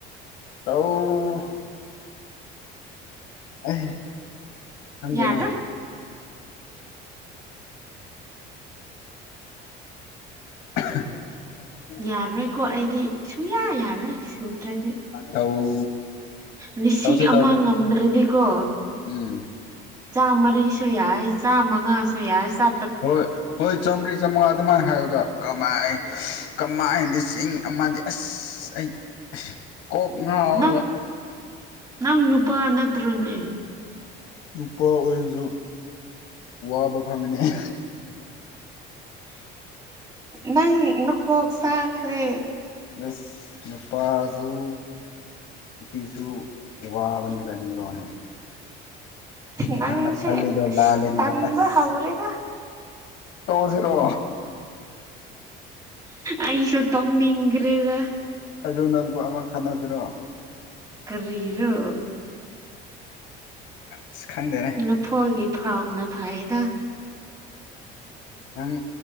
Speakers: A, on the left; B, on the right.
A: ꯇꯧ ꯑꯩ ꯈꯪꯗꯦꯅꯦ
B: ꯌꯥꯔꯣꯏ
A: <unintelligible>
B: ꯌꯥꯔꯣꯏꯀꯣ ꯑꯩꯗꯤ ꯁꯨꯌꯥ ꯌꯥꯔꯣꯏ ꯁꯨꯗ꯭ꯔꯗꯤ
A: ꯇꯧ
B: ꯂꯤꯁꯤꯡ
A: ꯇꯧꯁꯦ
B: ꯑꯃ
A: ꯇꯧꯁꯦ
B: ꯉꯝꯗ꯭ꯔꯗꯤꯀꯣ
A: ꯎꯝ
B: ꯆꯥꯝ ꯃꯔꯤꯁꯨ ꯌꯥꯏ ꯆꯥꯝ ꯃꯉꯥꯁꯨ ꯌꯥꯏ ꯆꯥ
A: ꯍꯣꯏ ꯍꯣꯏ ꯆꯥꯝ ꯃ꯭ꯔꯤ ꯆꯥꯝꯃꯉꯥ ꯑꯗꯨꯃꯥꯏ ꯍꯥꯏꯌꯨꯗ ꯀꯃꯥꯏ ꯀꯃꯥꯏ ꯂꯤꯁꯤꯡ ꯑꯃꯗꯤ ꯑꯁ ꯑꯁ ꯑꯩ ꯀꯣꯛ ꯉꯥꯎꯋꯦꯕ
B: ꯅꯪ ꯅꯪ ꯅꯨꯄꯥ ꯅꯠꯇ꯭ꯔꯣꯅꯦ
A: ꯅꯨꯄꯥ ꯑꯣꯏꯔꯁꯨ ꯋꯥꯕ ꯈꯪꯉꯤꯅꯤ
B: ꯅꯪ ꯅꯈꯣꯛ ꯆꯥꯈ꯭ꯔꯦ
A: ꯑꯁ ꯅꯨꯄꯥꯖꯨ ꯅꯨꯄꯤꯁꯨ ꯋꯥꯕꯅꯦ ꯀꯔꯤꯅꯣꯅꯦ
B: ꯅꯪꯁꯦ
A: ꯅꯪꯅ ꯈꯜꯂꯤꯗꯣ
B: ꯑꯁ
A: ꯂꯥꯂꯦꯅꯤꯅꯦ
B: ꯇꯟꯕ
A: ꯑꯁ
B: ꯍꯧꯔꯦꯗ
A: ꯑꯁ ꯇꯣꯛꯑꯖꯤꯔꯣ
B: ꯑꯩꯁꯨ ꯇꯣꯛꯅꯤꯡꯒꯔ꯭ꯦꯗ
A: ꯑꯗꯨ ꯅꯕꯨ ꯑꯃ ꯈꯟꯅꯁꯤꯔꯣ
B: ꯀꯔꯤꯒꯤꯔꯣ
A: ꯏꯁ ꯈꯪꯗꯦꯅꯦ
B: ꯂꯐꯣꯏꯒꯤ ꯐꯥꯔ꯭ꯝꯅ ꯐꯩꯗ
A: ꯅꯪ